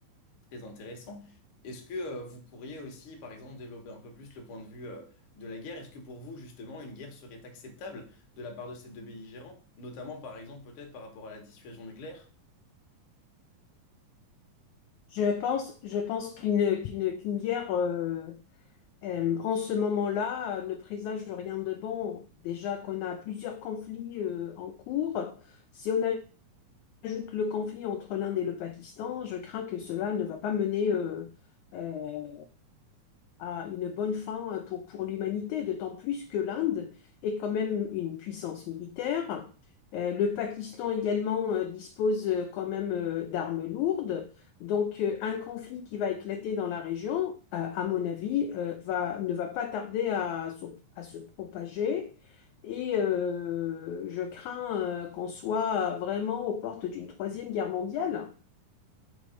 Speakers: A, on the left (about 55°); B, on the left (about 80°).
A: très intéressant. Est-ce que euh, vous pourriez aussi, par exemple, développer un peu plus le point de vue euh, de la guerre? Est-ce que pour vous, justement, une guerre serait acceptable de la part de ces deux belligérants, notamment par exemple peut-être par rapport à la dissuasion nucléaire?
B: Je pense, je pense qu'une qu'une qu'une guerre euh, euh, en ce moment-là euh, ne présage rien de bon. Déjà qu'on a plusieurs conflits euh, en cours. Si on a ajoute le conflit entre l'Inde et le Pakistan, je crains que cela ne va pas mener euh, euh, à une bonne fin euh, pour, pour l'humanité, d'autant plus que l'Inde est quand même une puissance militaire. Euh, le Pakistan également euh, dispose euh, quand même euh, d'armes lourdes. Donc euh, un conflit qui va éclater dans la région, euh, à mon avis, euh, va, ne va pas tarder à, se- à se propager. Et euh, je crains euh, qu'on soit vraiment aux portes d'une troisième guerre mondiale.